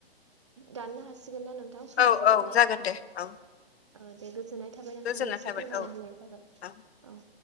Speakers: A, on the right; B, on the left.
A: दाननो हासिगोन ना नोंथां? समाबो
B: औ औ
A: जाबाय
B: जागोन दे औ
A: ओ दे गोजोननाय थाबाय नोंथांनिसिम
B: गोजोननाय थाबाय
A: फोरमायना
B: औ
A: होनायनि थाखाय।
B: औ
A: औ